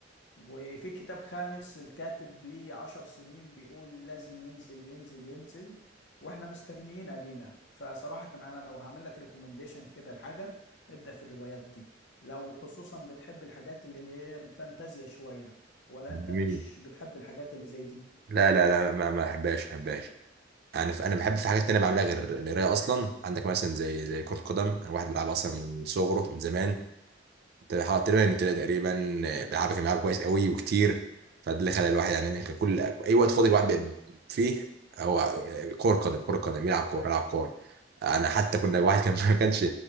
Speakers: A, on the left; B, on the right.
A: وفي كتاب خامس الكاتب ليه عشر سنين بيقول لازم ينزل ينزل ينزل واحنا مستنيين ادينا فصراحة انا لو هعمل لك ريكومنديشن كده لحاجة ابدأ في الروايات دي لو خصوصا بتحب الحاجات اللي هي الفانتازيا شوية ولا انت
B: جميل
A: مش بتحب الحاجات اللي زي دي
B: لا لا لا ما ما احبهاش احبهاش انا انا بحب في حاجات تانية بعملها غير القرايه اصلا عندك مثلا زي زي كره قدم انا واحد بيلعب اصلا من صغره من زمان تقريبا تقريبا من ابتدائي تقريبا بيلعبها كان بيلعبها كويس قوي وكتير فده اللي خلى الواحد يعني إيه، كان كل اي وقت فاضي الواحد بيبقى فيه هو كره قدم كره قدم يلعب كوره يلعب كوره انا حتى كنا واحد كان <laughs> ما كانش